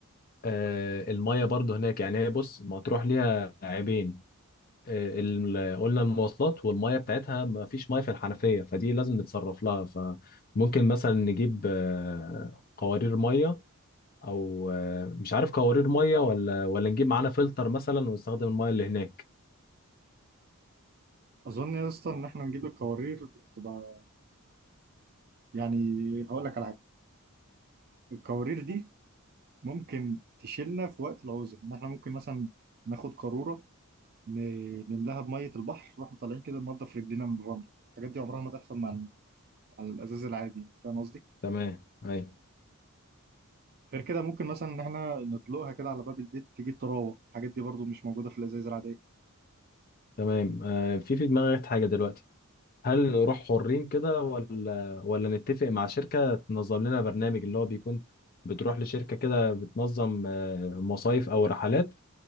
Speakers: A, on the left (about 40°); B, on the right (about 45°).
A: آه الميه برضو هناك يعني هي بص مطروح ليها عيبين آه ال- قلنا المواصلات والميه بتاعتها ما فيش ميه في الحنفيه فدي لازم نتصرف لها فممكن مثلا نجيب آه قوارير ميه او آه مش عارف قوارير ميه ولا ولا نجيب معانا فلتر مثلا ونستخدم الميه اللي هناك
B: اظن يا اسطى ان احنا نجيب الكوارير تبقى يعني هقول لك على حاجه الكوارير دي ممكن تشيلنا في وقت العوزه ان احنا ممكن مثلا ناخد قاروره ن- نملاها بميه البحر واحنا طالعين كده ننضف رجلينا من الرمله الحاجات دي عمرها ما تحصل مع على الازاز العادي فاهم قصدي
A: تمام اي
B: غير كده ممكن مثلا ان احنا ندلقها كده على باب البيت تجيب تراوه الحاجات دي برضو مش موجوده في الازايز العاديه
A: تمام آه في في دماغي حاجه دلوقتي هل نروح حرين كده ولا ولا نتفق مع شركة تنظم لنا برنامج اللي هو بيكون بتروح لشركة كده بتنظم آه، مصايف أو رحلات